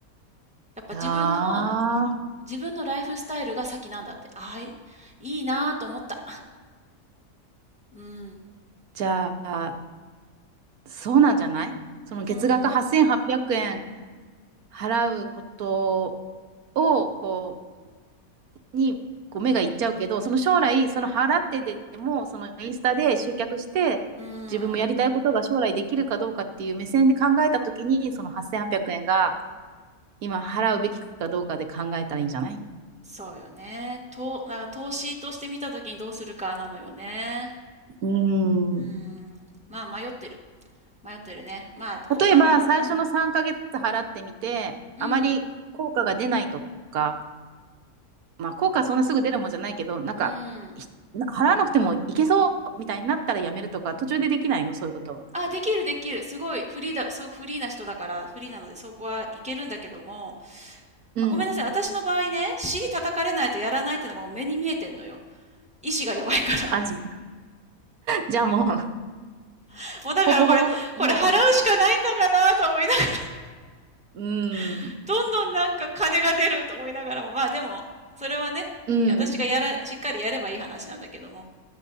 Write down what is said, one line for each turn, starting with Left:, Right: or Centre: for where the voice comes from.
Centre: やっぱ自分の、
Right: ああ、
Centre: 自分のライフスタイルが先なんだって。ああ、いいいなぁと思った。うん。
Right: じゃあ、そうなんじゃないその月額8800円
Centre: うん。
Right: 払うことを、こう、にこう目がいっちゃうけどその将来その払ってでもそのインスタで集客して自分もやりたいことが将来できるかどうかっていう目線で考えた時にその8800円が
Centre: うん。
Right: 今払うべきかどうかで考えたらいいんじゃない
Centre: そうよね。と、だから投資として見たときにどうするかなのよね。
Right: うーん
Centre: うん。まあ、迷ってる。迷ってるね。まあ、こ、
Right: 例えば最初の3ヶ月払ってみてあまり効果が出ないとか、
Centre: あの、うん。うん。
Right: まあ、効果はそんなすぐ出るもんじゃないけどなんか
Centre: うん。
Right: 払わなくてもいけそうみたいになったらやめるとか途中でできないのそういうことは。
Centre: あ、できるできる。すごいフリーだ、そう、フリーな人だから、フリーなのでそこはいけるんだけども、
Right: うん
Centre: まあ、ごめんなさい。私の場合ね、尻叩かれないとやらないっていうのがもう目に見えてんのよ。意志が弱いから。
Right: あじじゃあもう
Centre: <laughs> もうだからこれ、
Right: ほぼほぼ、も
Centre: これ払うしかないんだかなと思いながら、
Right: う、う
Centre: <laughs>
Right: ん、
Centre: どんどんなんか金が出ると思いながらも、まあでも、それはね、
Right: うん。
Centre: 私がやら、しっかりやればいい話なんだけども。